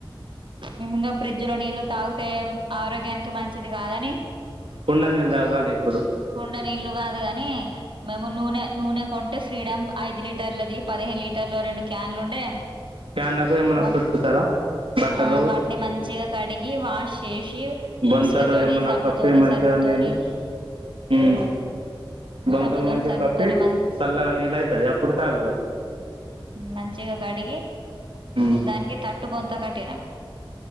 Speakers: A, on the right (about 65°); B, on the right (about 85°).
A: మేమింగా ఫ్రిడ్జ్ లో నీళ్లు తాగితే ఆరోగ్యానికి మంచిది కాదని
B: కుండ నీళ్ళు తాగాలి ఇప్పుడు
A: కుండ నీళ్లు కాదు గాని మేము నూనె నూనె కొంటే ఫ్రీడం ఐదు లీటర్ ఈ పదిహేను లీటర్ లో రెండు క్యాన్లు ఉండే
B: క్యాన్లకు ఏమన్నా
A: వా
B: చుట్టుతారా బట్టలు
A: ఆ వాటిని మంచిగా కడిగి వాష్ చేసి
B: బంతలు
A: ఉసుగతోని
B: ఎమన్నా
A: సబ్బుతోని
B: కప్పి మంచిగా
A: సర్పుతోని
B: నీళ్లు ఉమ్
A: హ్మ్
B: బంతలు
A: సబ్బుతోని
B: మంచిగ
A: సర్పుతోని
B: కప్పి
A: మంచి
B: సల్లగా నీల్ అయితది అప్పుడు తాగు.
A: మంచిగా కడిగి
B: ఉమ్
A: దానికి తట్ బొంత కట్టినం.